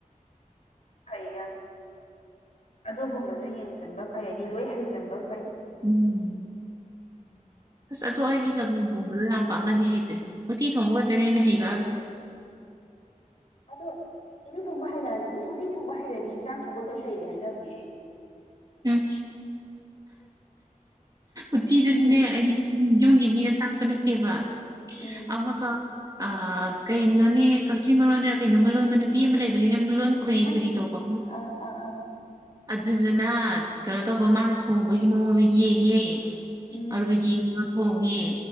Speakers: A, on the left; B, on the right.
A: ꯐꯩ ꯌꯥꯝ ꯑꯗꯨꯒꯨꯝꯕꯁꯨ ꯌꯦꯡꯖꯤꯟꯕ ꯐꯩꯗꯤ ꯂꯣꯏ ꯍꯩꯖꯤꯟꯕ ꯐꯩ
B: ꯎꯝ <unintelligible> ꯑꯁ ꯑꯗꯣ ꯑꯩꯗꯤ ꯆꯝꯃꯦ ꯊꯣꯡꯕꯗꯤ ꯌꯥꯝ ꯄꯥꯛꯅꯗꯤ ꯍꯩꯇ꯭ꯔꯤ ꯎꯇꯤ ꯊꯣꯡꯕ ꯈꯛꯇꯅ‌ꯦ ꯑꯩꯅ ꯍꯩꯕꯕꯨ
A: ꯑꯗꯣ ꯎꯇꯤ ꯊꯣꯡꯕ ꯍꯩꯔꯗꯤ ꯃꯤ ꯎꯇꯤ ꯊꯣꯡꯕ ꯍꯩꯔꯗꯤ ꯏꯟꯖꯥꯡ ꯊꯣꯡꯕ ꯂꯣꯏ ꯍꯩꯔꯦ ꯍꯥꯏꯅꯕꯅꯦꯍ‌ꯦ
B: ꯎꯝ ꯎꯇꯤꯗꯨꯁꯨꯅꯦ
A: ꯃꯤ
B: ꯑꯅꯤ ꯎꯝ ꯌꯨꯝꯒꯤ ꯃꯤꯅ ꯇꯥꯛꯄ ꯅꯠꯇꯦꯕ
A: ꯎꯝ
B: ꯑꯃꯈꯛ ꯑ ꯀꯩꯅꯣꯅꯦ ꯀꯛꯆꯤꯡ ꯃꯔꯣꯟꯗ ꯀꯩꯅꯣꯃ ꯂꯣꯟꯕ ꯅꯨꯄꯤ ꯑꯃ ꯂꯩꯕꯅꯤꯅ‌ꯦ ꯃꯔ‌ꯣꯟ ꯈ‌ꯣꯏꯔꯤ-ꯈ‌ꯣꯏꯔꯤ
A: ꯈꯪ
B: ꯇꯧꯕꯃ
A: ꯑꯥ ꯑꯥ ꯑ
B: ꯑꯗꯨꯗꯨꯅ ꯀꯩꯅꯣ ꯇꯧꯕ ꯃꯥꯅ ꯊꯣꯡꯕꯒꯤ ꯃꯑꯣꯡꯗ‌ꯣ ꯌꯦꯡꯉꯦ
A: ꯎꯝ
B: ꯑꯗꯨꯒ ꯌꯦꯡꯉꯒ ꯊꯣꯡꯉꯦ